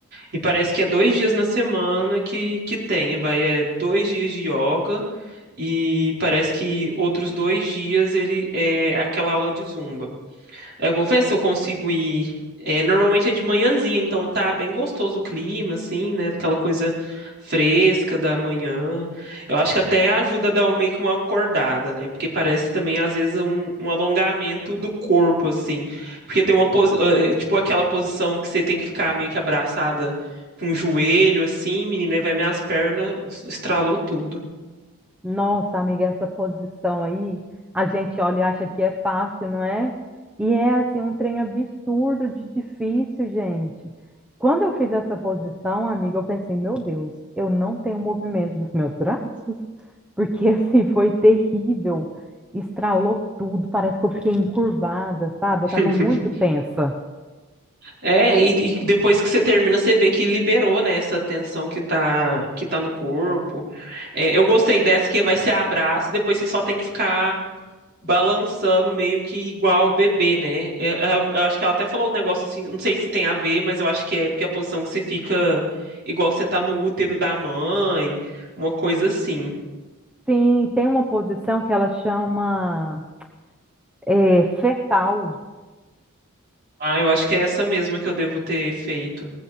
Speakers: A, on the right; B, in the centre.
A: E parece que é dois dias na semana que, que tem, vai, é dois dias de yoga e parece que outros dois dias ele é aquela aula de zumba. Eu vou ver se eu consigo ir. É, normalmente é de manhãzinha, então tá bem gostoso o clima, assim, né? Aquela coisa fresca da manhã. Eu acho que até ajuda a dar um- meio que uma acordada, né? Porque parece também, às vezes, um, um alongamento do corpo, assim. Porque tem uma posi... eh, tipo aquela posição que você tem que ficar meio que abraçada com o joelho, assim, menina, e vai minhas pernas, estralou tudo.
B: Nossa, amiga, essa posição aí, a gente olha e acha que é fácil, não é? E é assim um trem absurdo de difícil, gente. Quando eu fiz essa posição, amiga, eu pensei, meu Deus, eu não tenho movimento dos meus braços, porque <laughs> assim foi terrível. Estralou tudo, parece que eu fiquei encurvada, sabe?
A: <laughs>
B: Eu estava muito tensa.
A: É, e, e depois que você termina, você vê que liberou, né, essa tensão que tá, que tá no corpo. É, eu gostei dessa que vai ser abraço, e depois você só tem que ficar balançando meio que igual o bebê, né? É, Eu, eu acho que ela até falou um negócio assim, não sei se tem a ver, mas eu acho que é porque a posição que você fica igual você tá no útero da mãe, uma coisa assim.
B: Sim, tem uma posição que ela chama é, fetal.
A: Ah, eu acho que é essa mesma que eu devo ter feito.